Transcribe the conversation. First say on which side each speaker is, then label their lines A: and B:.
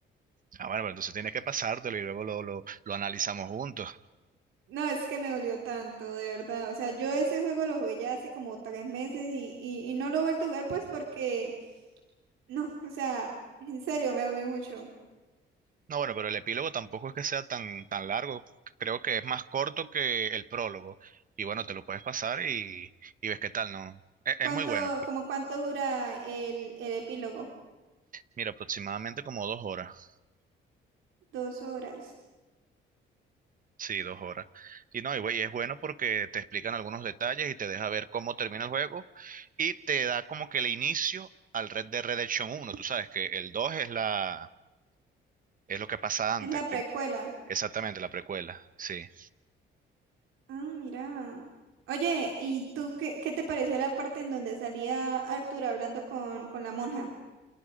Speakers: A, on the right; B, on the right.
A: Ah, bueno, pero entonces tiene que pasártelo y luego lo, lo, lo analizamos juntos.
B: No, es que me dolió tanto, de verdad. O sea, yo ese juego lo jugué ya hace como tres meses y, y, y no lo he vuelto a jugar pues porque, <laughs> no, o sea, en serio, me dolió mucho.
A: No, bueno, pero el epílogo tampoco es que sea tan, tan largo. Creo que es más corto que el prólogo. Y bueno, te lo puedes pasar y, y ves qué tal, ¿no? Es,
B: ¿Cuánto,
A: es muy bueno. porque-
B: como cuánto dura el, el epílogo?
A: Mira, aproximadamente como dos horas.
B: Dos horas.
A: Sí, dos horas. Y no, y, bu- y es bueno porque te explican algunos detalles y te deja ver cómo termina el juego y te da como que el inicio al Red Dead Redemption uno. Tú sabes que el 2 es la, es lo que pasa
B: Es
A: antes.
B: la precuela.
A: prim- Exactamente, la precuela, sí.
B: Ah, mira. Oye, ¿y tú qué, qué te pareció la parte en donde salía Arthur hablando con, con la monja?